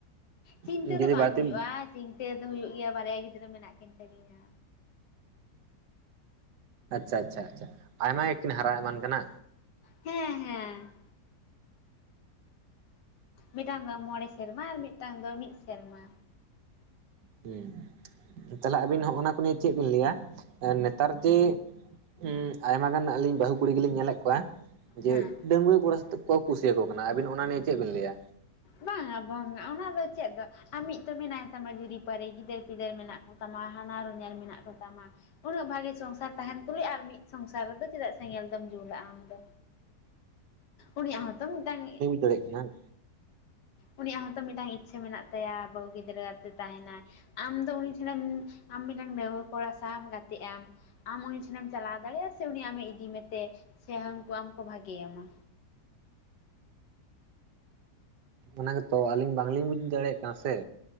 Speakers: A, on the left; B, on the right.
A: ᱪᱤᱱᱛᱟᱹ
B: ᱡᱩᱫᱤ
A: ᱫᱚ
B: ᱵᱟᱹᱲᱛᱤ
A: ᱵᱟᱝ ᱦᱩᱭᱩᱜᱼᱟ ᱪᱤᱱᱛᱟᱹ ᱫᱚ ᱦᱩᱭᱩᱜ ᱜᱮᱭᱟ ᱵᱟᱨᱭᱟ ᱜᱤᱫᱽᱨᱟᱹ ᱢᱮᱱᱟᱜ ᱠᱤᱱ ᱛᱟᱹᱞᱤᱧᱟ
B: ᱟᱪᱪᱷᱟ ᱪᱷᱟ ᱪᱷᱟ ᱟᱭᱢᱟ ᱜᱮᱠᱤᱱ ᱦᱟᱨᱟ ᱮᱢᱟᱱ ᱠᱟᱱᱟ
A: ᱦᱮᱸ ᱦᱮᱸ ᱢᱤᱫᱴᱟᱝ ᱫᱚ ᱢᱚᱬᱮ ᱥᱮᱨᱢᱟ ᱟᱨ ᱢᱤᱫᱴᱟᱝ ᱫᱚ ᱢᱤᱫ ᱥᱮᱨᱢᱟ
B: ᱦᱩᱸ ᱛᱟᱦᱚᱞᱮ ᱟᱵᱤᱱ ᱦᱚᱜ ᱱᱟ ᱠᱚ ᱱᱤᱭᱮ ᱪᱮᱫ ᱵᱤᱱ ᱞᱟᱹᱭᱟ ᱱᱮᱛᱟᱨ ᱡᱮ ᱦᱸ ᱟᱭᱢᱟ ᱜᱟᱱ ᱟᱹᱞᱤᱧ ᱵᱟᱹᱦᱩ ᱠᱩᱲᱤ ᱜᱮᱞᱤᱧ ᱧᱮᱞᱮᱫ ᱠᱚᱣᱟ ᱡᱮ
A: ᱦᱮᱸ
B: ᱰᱟᱺᱜᱩᱣᱟᱹ ᱠᱚᱲᱟ ᱥᱟᱛᱮᱜ ᱠᱚ ᱠᱩᱥᱤᱭᱟᱠᱚ ᱠᱟᱱᱟ ᱟᱹᱵᱤᱱ ᱚᱱᱟ ᱱᱤᱭᱮ ᱪᱮᱫ ᱵᱤᱱ ᱞᱟᱹᱭᱟ
A: ᱵᱟᱝᱟ ᱵᱟᱝᱼᱟ ᱚᱱᱟ ᱫᱚ ᱪᱮᱫ ᱫᱚ ᱟᱢᱤᱧ ᱛᱚ ᱢᱮᱱᱟᱭ ᱛᱟᱢᱟ ᱡᱩᱨᱤᱯᱟᱹᱨᱤ ᱜᱤᱫᱟᱹᱨ ᱯᱤᱫᱟᱹᱨ ᱢᱮᱱᱟᱜ ᱛᱟᱢᱟ ᱦᱟᱱᱦᱟᱨ ᱦᱚᱧᱦᱟᱨ ᱢᱮᱱᱟᱜ ᱠᱚᱛᱟᱢᱟ ᱩᱱᱟᱹᱜ ᱵᱷᱟᱜᱤ ᱥᱚᱝᱥᱟᱨ ᱛᱟᱦᱮᱱ ᱛᱩᱞᱩᱡ ᱟᱨ ᱢᱤᱫ ᱥᱚᱝᱥᱟᱨ ᱨᱮᱫᱚ ᱪᱮᱫᱟᱜ ᱥᱮᱸᱜᱮᱞ ᱫᱚᱢ ᱡᱩᱞᱟᱜᱼᱟ ᱟᱢ ᱫᱚ ᱩᱱᱤᱭᱟᱜ ᱦᱚᱸᱛᱚ ᱢᱤᱫᱟᱝ
B: ᱦ <unintelligible>
A: ᱩᱱᱤᱭᱟᱜ ᱦᱚᱸᱛᱚ ᱢᱤᱫᱴᱟᱝ ᱤᱪᱪᱷᱟᱹ ᱢᱮᱱᱟᱜ ᱛᱟᱭᱟ ᱵᱟᱹᱦᱩ ᱜᱤᱫᱽᱨᱟᱹ ᱟᱛᱮ ᱛᱟᱦᱮᱱᱟᱭ ᱟᱢ ᱫᱚ ᱩᱱᱤ ᱴᱷᱮᱱᱮᱢ ᱟᱢ ᱢᱤᱫᱴᱟᱱ ᱰᱟᱹᱜᱩᱣᱟᱹ ᱠᱚᱲᱟ ᱥᱟᱶᱢ ᱜᱟᱛᱮ ᱟᱢ ᱟᱢ ᱩᱱᱤ ᱴᱷᱮᱱᱮᱢ ᱪᱟᱞᱟᱣ ᱫᱟᱲᱮᱭᱟᱜᱼᱟ ᱥᱮ ᱩᱱᱤ ᱟᱢᱮ ᱤᱫᱤ ᱢᱮᱛᱮ ᱥᱮ ᱦᱟᱹᱱᱠᱩ ᱟᱢ ᱠᱚ ᱵᱷᱟᱜᱮᱭᱟᱢᱟ
B: ᱚᱱᱟ ᱜᱮᱛᱚ ᱟᱞᱤᱧ ᱵᱟᱝᱞᱤᱧ ᱵᱩᱡ ᱫᱟᱲᱮᱭᱟᱜ ᱠᱟᱱᱟ ᱥᱮ